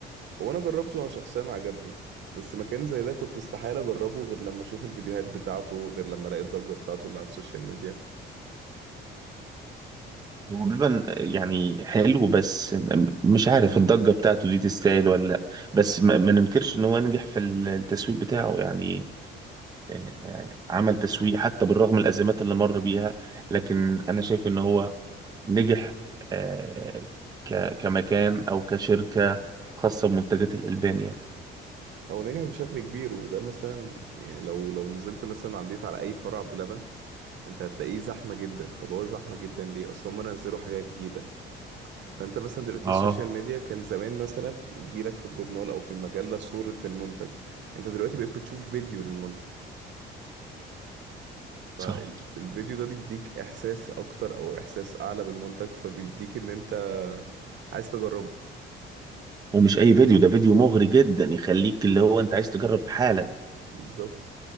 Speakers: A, on the right; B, on the right.
A: هو انا جربته انا شخصيا عجبني بس مكان زي ده كنت استحالة اجربه غير لما اشوف الفيديوهات بتاعته غير لما الاقي الضجة بتاعته اللي على السوشيال ميديا
B: هو بلبن يعني حلو بس م- مش عارف الضجة بتاعته دي تستاهل ولا لا بس ما ما ننكرش ان هو نجح في ال- التسويق بتاعه يعني يعني عمل تسويق حتى بالرغم من الأزمات اللي مر بيها لكن أنا شايف إن هو نجح آه، ك- كمكان او كشركه خاصه بمنتجات الالبان يعني
A: هو نجح بشكل كبير وده مثلا يعني لو لو نزلت مثلا عديت على اي فرع بلبن انت هتلاقيه زحمه جدا طب هو زحمه جدا ليه اصل هم نزلوا حاجه جديده فانت مثلا دلوقتي
B: اه
A: السوشيال ميديا كان زمان مثلا يجيلك في الجورنال او في المجله صوره المنتج انت دلوقتي بقيت بتشوف فيديو للمنتج فالفيديو
B: صح
A: ده بيديك احساس اكتر او احساس اعلى بالمنتج فبيديك ان انت عايز تجربه
B: ومش اي فيديو ده فيديو مغري جدا يخليك اللي هو انت عايز تجرب حالا
A: بالظبط